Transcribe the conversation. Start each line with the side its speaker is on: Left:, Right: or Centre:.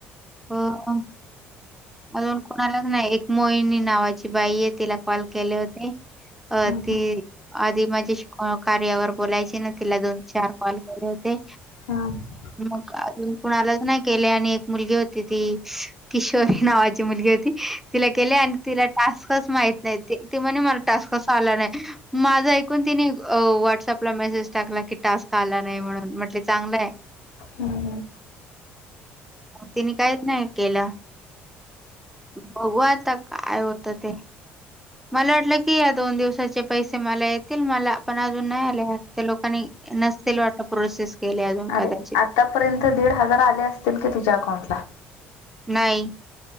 Centre: हो, अजून कोणालाच नाही एक मोहिनी नावाची बाई आहे तिला कॉल केले होते. अ
Left: हम्म
Centre: ती
Left: हम्म
Centre: आधी माझे कार्यावर बोलायची तिनं तिला दोनचार कॉल केले होते,
Left: हम्म
Centre: मग कुणालाच नाही केले आणि एक मुलगी होती ती किशोरी नावाची मुलगी होती तिला केले आणि तिला टास्क टास्क माहीत नाहीत ती- ती म्हण मला टास्क च आला नाही माझं ऐकून तिनी अं. व्हाट्सअँप ला मेसे सेज टाकला की टास्क आला नाही म्हणून म्हटलं चांगलंय
Left: हम्म-हम्म,
Centre: तिने काहीच नाही केला. बघू आता काय होतं ते मला वाटलं की या दोन दिवसाचे पैसे मला येतील मला पण अजून नाही आले ते लोकांनी नसतील वाटलं प्रोसेस केले अजून कदाचित.
Left: अरे आतापर्यंत दीड हजार आले असतील की तुझ्या अकाउंटला.
Centre: नाही,